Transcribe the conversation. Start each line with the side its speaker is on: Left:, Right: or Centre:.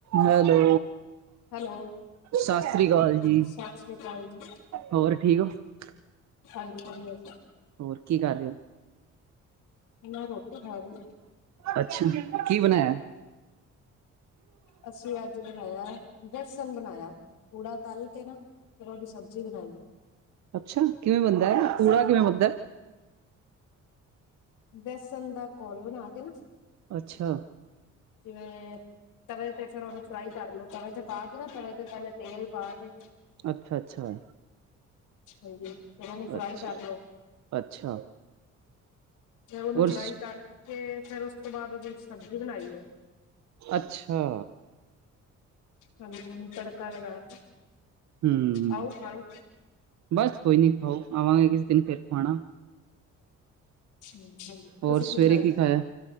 Right: ਹੈਲੋ
Left: ਹੈਲੋ
Right: ਸਤਿ ਸ੍ਰੀ ਅਕਾਲ ਜੀ,
Left: ਸਤਿ ਸ੍ਰੀ ਅਕਾਲ ਜੀ
Right: ਹੋਰ ਠੀਕ? <unintelligible>
Left: ਹਾਂਜੀ, ਵਧੀਆ ਜੀ
Right: ਹੋਰ ਕੀ, ਕਰ ਰਹੇ?
Left: ਮੈਂ ਰੋਟੀ ਖਾ ਰਹੀ ਸੀਂ।
Right: ਅੱਛਾ, ਕੀ ਬਣਾਇਆ?
Left: ਅਸੀਂ ਅੱਜ, ਬਣਾਇਆ ਬੇਸਣ ਬਣਾਇਆ ਪੂੜਾ ਤਲ ਕੇ ਨਾ ਫੇਰ ਉਹ ਦੀ ਸਬਜ਼ੀ ਬਣਾਈ
Right: ਅੱਛਾ, ਪੂੜਾ ਕਿਵੇਂ ਬਣਦਾ ਹੈ ਪੂੜਾ ਕਿਵੇਂ ਬਣਦਾ ਦਾ
Left: ਬੇਸਣ ਦਾ, ਘੋਲ ਬਣਾ ਕੇ ਨਾ
Right: ਅੱਛਾ।
Left: ਜਿਵੇਂ ਤਵੇ ਤੇ ਫਿਰ, ਉਹਨੂੰ ਫਰਾਈ ਕਰ ਲਓ, ਤਵੇ ਤੇ ਪਾ ਕੇ ਨਾ ਤਵੇ ਤੇ, ਪਹਿਲੇ ਤੇਲ ਪਾ ਕੇ
Right: ਅੱਛਾ -ਅੱਛਾ
Left: ਹਾਂਜੀ। ਉਹਨੂੰ ਫਰਾਈ
Right: ਅੱਛਾ
Left: ਕਰ ਲੋ
Right: -ਅੱਛਾ
Left: ਤੇ ਉਹਨੂੰ
Right: ਹੋਰ
Left: ਫਰਾਈ ਕਰਕੇ, ਫੇਿਰ ਉਸ ਤੋਂ ਬਾਅਦ, ਉਹਦੀ ਸਬਜ਼ੀ ਬਣਾਈ
Right: ਅੱਛਾ
Left: ਹਾਂਜੀ, ਤੜਕਾ ਲਗਾ ਕੇ
Right: ਹਮ,
Left: ਆਓ ਖਾ ਲੋ
Right: ਬਸ ਕੋਈ ਨੀ ਖਾਓ, ਆਵਾਂਗੇ ਕਿਸ ਦਿਨ ਫੇਰ ਖਾਣਾ
Left: ਹਾਂਜੀ
Right: ਹੋਰ
Left: ਤੁਸੀਂ
Right: ਸਵੇਰੇ
Left: ਬਣਾਇਆ
Right: ਕੀ ਖਾਇਆ,